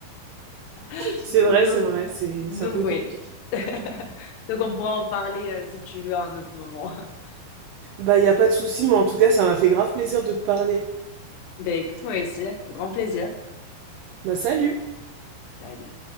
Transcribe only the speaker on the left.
<laughs>
Donc,
donc
oui.
<laughs> Donc on pourra en parler euh, si tu veux à un autre moment. <laughs>
Ben écoute, moi aussi, grand plaisir.
Salut.